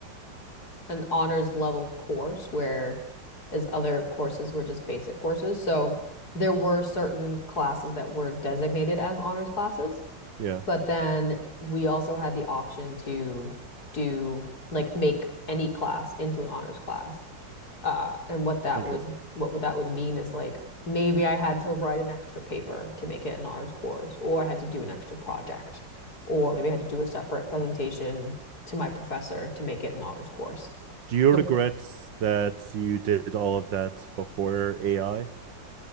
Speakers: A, on the left (about 55°); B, on the right (about 80°).
A: an honors level course, where as other courses were just basic courses. So there were certain classes that were designated as honors classes.
B: yeah,
A: But then we also had the option to do like make any class into an honors class. Uh, and what that
B: interesting.
A: would what would that would mean is like maybe I had to write an extra paper to make it an honors course, or I had to do an extra project, or maybe I had to do a separate presentation to my professor to make it an honors course.
B: Do you
A: The,
B: regret that you did all of that before AI?